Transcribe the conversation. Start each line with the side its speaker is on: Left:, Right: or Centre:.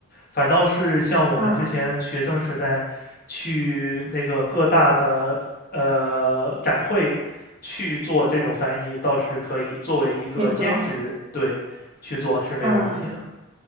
Left: 反倒是像我们之前学生时代去那个各大的呃展会去做这种翻译，
Right: 嗯，
Left: 倒是可以作为一个兼职，
Right: 挺多。
Left: 对，去做是没有问题的。
Right: 嗯